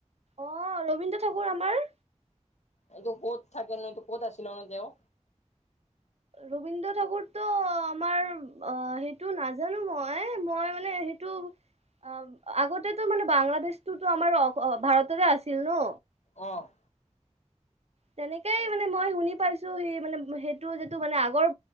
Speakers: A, on the right; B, on the left.
A: অ', ৰবীন্দ্ৰ ঠাকুৰ আমাৰ।
B: এইটো ক'ত থাকেনো এইটো ক'ত আছিলেনো তেওঁ?
A: ৰবীন্দ্ৰ ঠাকুৰতো আমাৰ অ', সেইটো নাজানো মই মই মানে সেইটো অ', আগতেটো মানে বাংলাদেশটোতো আমাৰ ভাৰতৰে আছিল ন।
B: অ'।
A: তেনেকেই মানে মই শুনি পাইছো সি মানে সেইটো যিটো মানে আগৰ